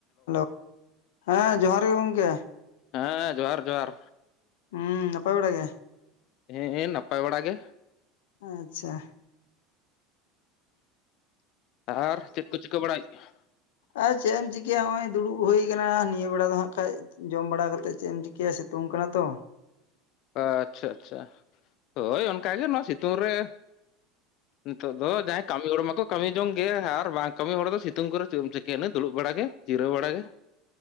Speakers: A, on the left; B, on the left.
A: ᱦᱮᱞᱳ, ᱦᱮᱸ ᱡᱚᱦᱟᱨ ᱜᱮ ᱜᱚᱝᱠᱮ।
B: ᱦᱮᱸ ᱦᱮᱸ ᱡᱚᱦᱟᱨ ᱡᱚᱦᱟᱨ
A: ᱦᱩᱸ ᱱᱟᱯᱟᱭ ᱵᱟᱲᱟ ᱜᱮ?
B: ᱦᱮ ᱦᱮ ᱱᱟᱯᱟᱭ ᱵᱟᱲᱟ ᱜᱮ।
A: ᱟᱪᱪᱷᱟ
B: ᱟᱨ ᱪᱮᱫ ᱠᱚ ᱪᱤᱠᱟᱹ ᱵᱟᱲᱟᱭᱮᱫ ᱜᱮᱭᱟ
A: ᱟᱨ ᱪᱮᱫ ᱮᱢ ᱪᱤᱠᱟᱹᱭᱟ ᱱᱚᱜᱼᱚᱭ ᱫᱩᱲᱩᱵ ᱦᱩᱭ ᱟᱠᱟᱱᱟ ᱱᱤᱭᱟᱹ ᱵᱮᱲᱟ ᱫᱚ ᱦᱟᱸᱜ ᱠᱷᱟᱡ। ᱡᱚᱢ ᱵᱟᱲᱟ ᱠᱟᱛᱮᱫ ᱪᱮᱫ ᱮᱢ ᱪᱤᱠᱟᱹᱭᱟ ᱥᱤᱛᱩᱝ ᱠᱟᱱᱟ ᱛᱚ।
B: ᱟᱪᱪᱷᱟ ᱟᱪᱪᱷᱟ ᱦᱳᱭ ᱚᱱᱠᱟᱜᱮ ᱱᱚᱣᱟ ᱥᱤᱛᱩᱝ ᱨᱮ ᱱᱤᱛᱚᱜ ᱫᱚ ᱡᱟᱸᱦᱟᱭ ᱠᱟᱹᱢᱤ ᱦᱚᱲ ᱢᱟᱠᱚ ᱠᱟᱹᱢᱤ ᱡᱚᱝ ᱜᱮ ᱟᱨ ᱵᱟᱝ ᱠᱟᱹᱢᱤ ᱦᱚᱲ ᱫᱚ ᱥᱤᱛᱩᱝ ᱠᱚᱨᱮ ᱪᱮᱫ ᱮᱢ ᱪᱤᱠᱟᱹᱭᱟ ᱫᱩᱲᱩᱵ ᱵᱟᱲᱟᱟᱜ ᱜᱮ ᱡᱤᱨᱟᱹᱣ ᱵᱟᱲᱟ ᱜᱮ।